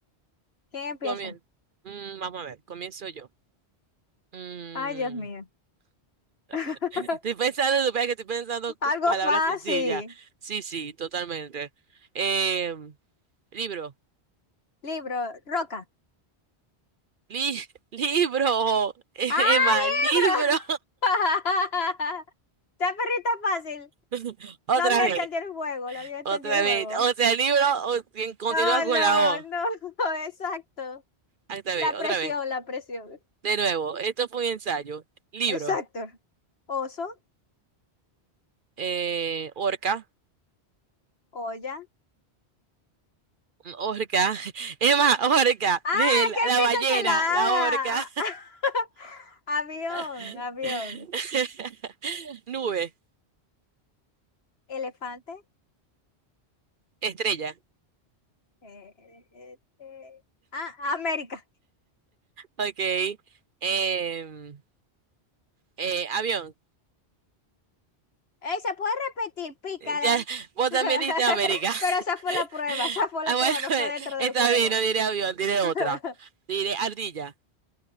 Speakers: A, on the left; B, on the right.
A: ¿Quién empieza?
B: Comien Mm, vamos a ver, comienzo yo. Mm,
A: Ay, Dios mío. <laughs>
B: <laughs> Estoy pensando, supongo que estoy pensando cos-
A: Algo
B: palabras
A: fácil.
B: sencillas. Sí, sí, totalmente. Eh, libro.
A: Libro, roca.
B: Li- <laughs> libro. <laughs> Emma,
A: ¡Ah, libro!
B: libro.
A: <laughs> Ya, perrito fácil.
B: <laughs> Otra
A: No había
B: vez.
A: entendido el juego, no había entendido
B: Otra
A: el
B: vez,
A: juego.
B: o sea, libro o- quien continúa
A: No,
B: con
A: no,
B: la O.
A: no, <laughs> exacto.
B: Otra
A: La
B: vez,
A: presión,
B: otra vez.
A: la presión.
B: De nuevo, esto fue un ensayo. Libro,
A: Exacto. Oso,
B: eh, orca,
A: olla.
B: orca, <laughs> es más, orca,
A: Ah,
B: de la,
A: ¿qué
B: la
A: pienso
B: ballena,
A: que la
B: la orca.
A: A? Ah, <laughs> Avión,
B: <laughs>
A: avión.
B: Nube,
A: Elefante.
B: estrella,
A: eh, eh, eh, eh. Ah, América.
B: ok. Em, eh, avión,
A: Eh, se puede repetir, pícara.
B: ya, vos
A: <laughs>
B: también dijiste América. <laughs>
A: Pero esa fue la prueba, esa fue la
B: Ah,
A: prueba,
B: bueno,
A: no fue dentro
B: <laughs>
A: del
B: está
A: juego.
B: bien, no diré avión, diré
A: <laughs>
B: otra. Diré ardilla.